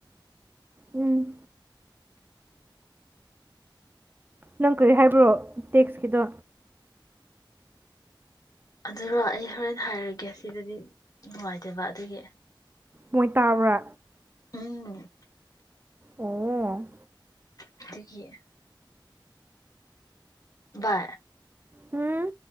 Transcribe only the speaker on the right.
ꯎꯝ ꯅꯪ ꯀꯔꯤ ꯍꯥꯏꯕ꯭ꯔꯣ ꯇꯦꯛꯁꯀꯤꯗꯣ
ꯃꯣꯏ ꯇꯥꯕ꯭ꯔꯥ
ꯑꯣ
ꯎꯝ